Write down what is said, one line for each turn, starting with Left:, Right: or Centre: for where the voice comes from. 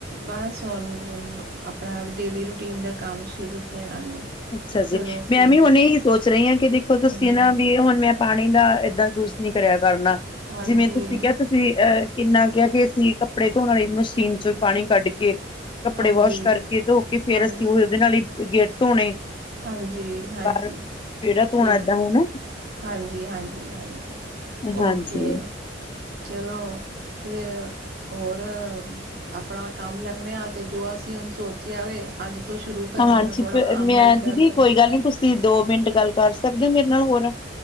Right: ਬਸ ਹੁਣ-ਹੁਣ ਆਪਣਾ ਡੇਲੀ ਰੂਟੀਨ ਦਾ ਕੰਮ ਸ਼ੁਰੂ ਕਰਾਂਗੇ।
Left: ਅੱਛਾ ਜੀ।
Right: ਚਲੋ
Left: ਮੈਂ
Right: ਫਿਰ
Left: ਵੀ ਹੁਣ ਇਹੀ ਸੋਚ ਰਹੀ ਹਾਂ, ਕਿ ਦੇਖੋ ਤੁਸੀਂ
Right: ਹਾਂਜੀ
Left: ਨਾ ਵੀ ਹੁਣ ਮੈਂ ਪਾਣੀ ਦਾ ਏਦਾਂ ਯੂਜ ਨਹੀਂ ਕਰਿਆ ਕਰਨਾ
Right: ਹਾਂਜੀ
Left: ਜਿਵੇਂ ਤੁਸੀਂ ਕਿਹਾ ਅ ਅਹ ਕਿੰਨਾ ਕਿਹਾ ਕਿ, ਅਸੀਂ ਕੱਪੜੇ ਧੋਣ ਵਾਲੀ ਮਸ਼ੀਨ ਚ' ਪਾਣੀ ਕੱਢ ਕੇ ਕੱਪੜੇ
Right: ਹਾਂਜੀ
Left: ਵਾਸ਼ ਕਰਕੇ ਧੋ ਕੇ ਫੇਰ,
Right: ਹਾਂਜੀ
Left: ਅਸੀਂ ਉਹ ਉਹਦੇ ਨਾਲ ਹੀ ਗੇਟ ਧੋਣੇ।
Right: ਹਾਂਜੀ -ਹਾਂਜੀ
Left: ਬਾਹਰ ਵਿਹੜਾ ਧੋਣਾ
Right: ਠੀਕ
Left: ਏਦਾਂ ਹੋਣਾ
Right: ਹੈ। ਹਾਂਜੀ -ਹਾਂਜੀ-ਹਾਂਜੀ
Left: ਹਾਂਜੀ।
Right: ਓਕੇ। ਚਲੋ, ਫੇਰ, ਹੋਰ ਆਪਣਾ ਕੰਮ ਲੱਗਣੇ ਅ ਤੇ ਜੋ ਅਸੀਂ ਹੁਣ ਸੋਚਿਆ ਵੇ ਅੱਜ ਤੋਂ ਸ਼ੁਰੂ ਕਰਨੇ
Left: ਹਾਂਜੀ
Right: ਆ ਥੋੜਾ
Left: ਪ-
Right: ਅਮਲ
Left: ਮੈਂ
Right: ਕਰਨਾ।
Left: ਦੀਦੀ ਕੋਈ ਗੱਲ ਨੀ ਤੁਸੀਂ ਦੋ ਮਿੰਟ ਗੱਲ ਕਰ ਸਕਦੇ ਹੋ ਮੇਰੇ ਨਾਲ ਹੋਰ।